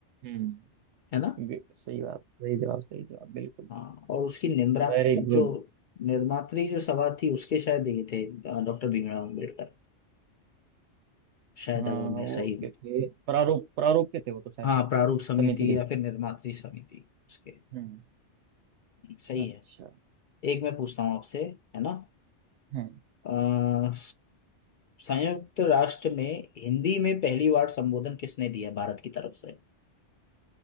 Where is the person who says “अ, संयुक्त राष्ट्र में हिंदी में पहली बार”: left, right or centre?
Left